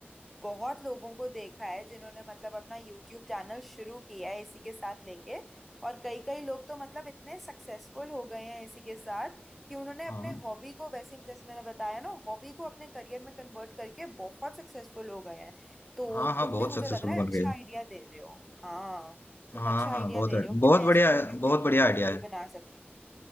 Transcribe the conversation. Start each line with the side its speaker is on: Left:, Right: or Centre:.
Centre: बहुत लोगों को देखा है जिन्होंने मतलब अपना यूट्यूब चैनल शुरू किया है इसी के साथ लेके और कई कई लोग तो मतलब इतने सक्सेसफुल हो गए हैं इसी के साथ कि उन्होंने अपने
Left: हाँ
Centre: हॉबी को वैसे जैसे मैंने बताया ना हॉबी को अपने करियर में कन्वर्ट करके बहुत सक्सेसफुल हो गए हैं तो
Left: हाँ हाँ
Centre: तुम
Left: बहुत
Centre: भी मुझे
Left: सक्सेसफुल
Centre: लग रहा है
Left: बन
Centre: अच्छा
Left: गए हो।
Centre: आइडिया दे रहे हो हाँ तुम
Left: हाँ
Centre: अच्छा
Left: हाँ
Centre: आइडिया
Left: बहुत
Centre: दे रहे हो
Left: बहुत
Centre: कि मैं
Left: बढ़िया
Centre: इसको यूट्यूब
Left: बहुत बढ़िया आइडिया
Centre: वीडियो
Left: है
Centre: बना सकती हूँ